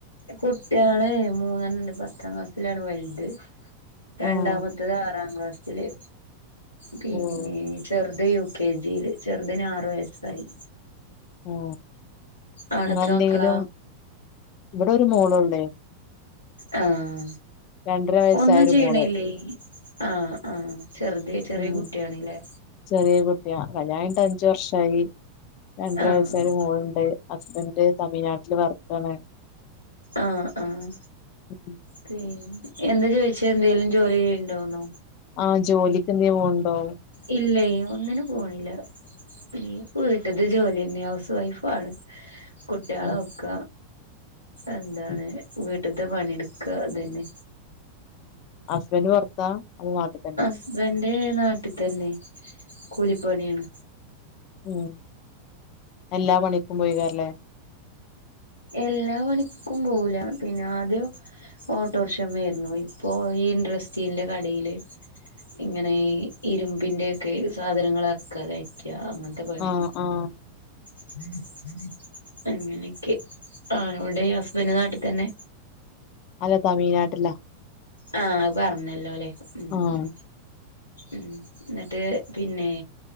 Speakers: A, on the left; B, on the left.
A: കുട്ടിയോൾ മൂന്നെണ്ണം ഉണ്ട് പത്താം ക്ലാസ്സിലാണ് വലുത്
B: ഉം
A: രണ്ടാമത്തേത് ആറാംക്ലാസില് പിന്നെ
B: ഉം
A: ചെറുത് യു കെ ജിയില് ചെറുതന് ആറു വയസ്സായി
B: ആ
A: അവിടെ
B: അങ്ങ
A: എത്ര
B: എന്തെങ്കിലും
A: മക്കളാ
B: ഇവിടെ ഒരു മോള ഉള്ളേ
A: ആഹ
B: രണ്ടര വയസ്സായ
A: ഒന്നും
B: ഒരു
A: ചെയ്യണില്ലേ
B: മോള്
A: ആഹ് ആഹ് ചെറുത ചെറിയ
B: ഉം
A: കുട്ടിയണല്ലേ
B: ചെറിയ കുട്ടിയ കല്യാണി് അഞ്ചു വർഷായി രണ്ടര
A: ആഹ്
B: വയസ്സ ഒരു മോളുണ്ട് ഹസ്ബന്ഡ് തമിഴ്നാട്ടില് വർക്കാണ്
A: ആഹ് ആഹ്
B: ഉം
A: പി എന്താ ചോദിച്ച എന്തെലും ജോലി ചെയ്യുണ്ടോന്നോ
B: ആഹ് ജോലിക്ക് എന്തേലും പോവുണ്ടോന്ന്
A: ഇല്ലേ ഒന്നിനന് പോണില്ല പി വീട്ടത് ജോലിന്നെ ഹൗസ് വൈഫണ് കുട്ടികളൊക്ക
B: ഉം
A: എന്താണ്
B: ഉം
A: വീട്ടത്തെ പണിയെടുക്ക അതന്നെ
B: ഹസ്ബൻഡറ് പുറത്താ ന നാട്ടിൽ തന്നെ
A: ഹസ്ബന്റെ നാട്ടിൽ തന്നെ കൂലിപ്പണിയാണ്
B: ഉം എല്ലാ പണിക്കും പോയി കറല്ലേ
A: എല്ലാ പണിക്കും പോവുല പിന്നെ ആദ്യം ഓട്ടോർഷമ്മ ആരുന്നു ഇപ്പോ ഈൻഡ്രസ്തീന്റെ കടയില് ഇങ്ങനെ ഇരുമ്പിന്റെൊക്കെ സാധനങ്ങൾ ഇറക്ക കയ്ക്ക അങ്ങനെ പണിയാണ്
B: ആഹ് ആഹ്
A: <unintelligible> അങ്ങനെയൊക്കെ ആനോടെ ഹസ്ബൻഡ നാട്ടിൽ തന്നെ
B: അല്ല തമിഴ്നാട്ടില്ല
A: ആഹ് അത് പറഞ്ഞല്ലോ അല്ലേ ഉം
B: ആഹ്
A: ഉം ഉം എന്നിട്ട് പിന്നെ